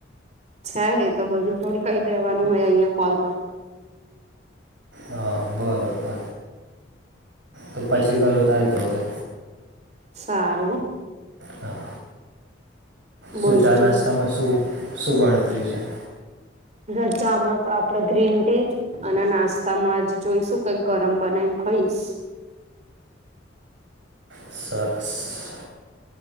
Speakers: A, on the right; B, on the right.
A: છે એ તો બધું થોડી કહી દેવાનું હોય અહિયાં કોલ પર.
B: હા બરોબર. તો પછી કરું તાર કેજે.
A: સારું.
B: હા. શું
A: બોલ
B: ચા
A: બીજું
B: નાસ્તામાં શું શું ગણતરી છે?
A: જો ચામાં તો આપડે ગ્રીન ટી. અને નાસ્તામાં હજી જોઈશું કઈક ગરમ બનાઈને ખઈશ.
B: સરસ.